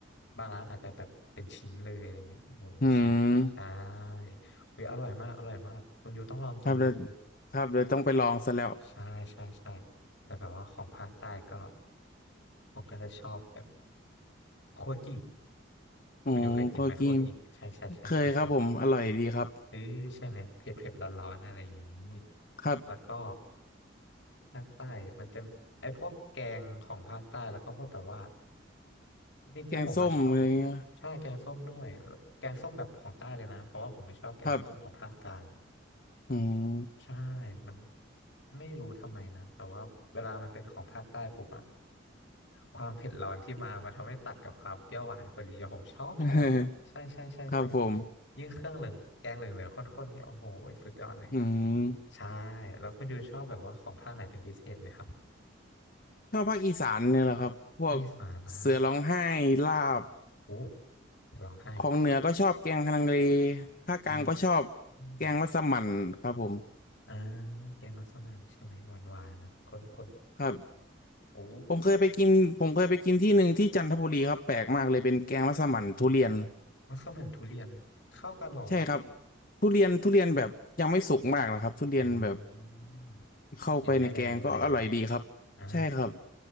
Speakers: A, on the left; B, on the left.
A: บางร้านอาจจะแบบเป็นชิ้นเลยอะไรเงี้ยหมูเป็นชิ้นใช่
B: อืม
A: เฮ้ยอร่อยมากอร่อยมาก คุณยูต้องลองกินดู
B: ครับเดี๋ยวครับเดี๋ยวต้องไปลองซะแล้ว
A: ใช่ใช่ใช่แต่แบบว่าของภาคใต้ก็ผมก็จะชอบแบบคั่วกลิ้ง
B: อ๋อก็จิน
A: คุณยูเคยกินไหมคั่วกลิ้งใช่ใช่ใช่ใช่ใช่
B: เคยครับผมอร่อยดีครับ
A: เออใช่ไหมเผ็ดเผ็ดร้อนๆอะไรอย่างนี้
B: ครับ
A: แล้วก็ภาคใต้มันจะไอพวกแกงของภาคใต้แล้วก็พวกแบบว่าจริงๆผมมาชอบ
B: แกงส้มอะไรเงี้ย
A: ใช่แกงส้มด้วยแกงส้มแบบของใต้เลยนะเพราะว่าผมไม่ชอบแกงส้มของภาคกลาง
B: ครับอืม
A: ใช่ มันไม่รู้ทำไมนะแต่ว่าเวลามันเป็นของภาคใต้ปุ๊บอะความเผ็ดร้อนที่มามาทำให้ตัดกับความเปรี้ยวหวานพอดีอะผมชอบชอบใช่ใช่ใช่ใช่
B: <laughs> ครับผม
A: ยิ่งเครื่องเหลืองแกงเหลืองเหลืองข้นๆเนี่ยโอ้โหสุดยอดเลย
B: อืม
A: ใช่ แล้วคุณยูชอบแบบว่าของภาคไหนเป็นพิเศษไหมครับ
B: ชอบภาคอีสานเนี่ยแหละครับพวก
A: ภาคอีสานนะ
B: เสือร้องไห้ลาบ
A: โอ้เดี๋ยวร้องไห้
B: ของเหนือก็ชอบแกงฮังเลภาคกลางก็ชอบ
A: อืม
B: แกงมัสมั่นครับผม
A: อ่าแกงมัสมั่นใช่ไหมหวานๆนะข้น
B: ครับ
A: ๆ โอ้ย
B: ผมเคยไปกินผมเคยไปกินที่หนึ่งที่จันทบุรีครับแปลกมากเลยเป็นแกงมัสมั่นทุเรียน
A: มัสมั่นทุเรียนเข้ากันเหรอ
B: ใช่ครับทุเรียนทุเรียนแบบยังไม่สุกมากนะครับทุเรียนแบบ
A: อืม
B: เข้าไปในแกงก็อร่อยดีครับใช่ครับ
A: กลิ่นไม่แรงอะไรอย่างนี้อ่า